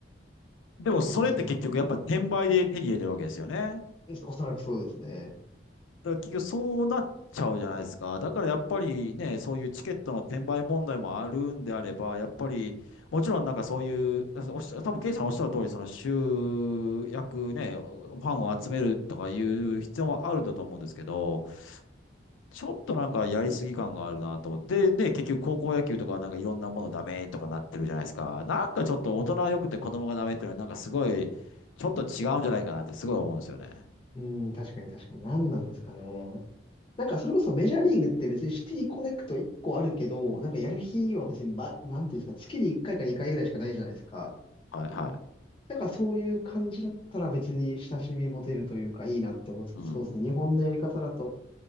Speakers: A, on the left; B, on the left.
A: でもそれって結局やっぱ転売で手に入れてるわけですよね。
B: 感じなので。うんおそらくそうですね。
A: だから結局そうなっちゃうじゃないですか。だからやっぱりね、そういうチケットの転売問題もあるんであれば、やっぱりもちろんなんかそういう、おっしゃ、多分ケイさんおっしゃる通り、その集約ね、ファンを集めるとかいう必要もあるんだと思うんですけど、ちょっとなんかやりすぎ感があるなと思って。で、で、結局高校野球とかなんかいろんなものダメとかなってるじゃないですか。なんかちょっと大人は良くて子供がダメっていうのはなんかすごい、ちょっと違うんじゃないかなってすごい思うんですよね。
B: うん、確かに確かに。何なんですかね。なんかそれこそメジャーリーグって別にシティコネクト1個あるけど、なんかやる日は別に、ま、なんていうんですか、月に1回か2回ぐらいしかないじゃないですか。
A: はいはい。
B: なんかそういう感じだったら別に親しみ持てるというかいいなって思うんですけど、
A: うん。
B: そうですね。日本のやり方だと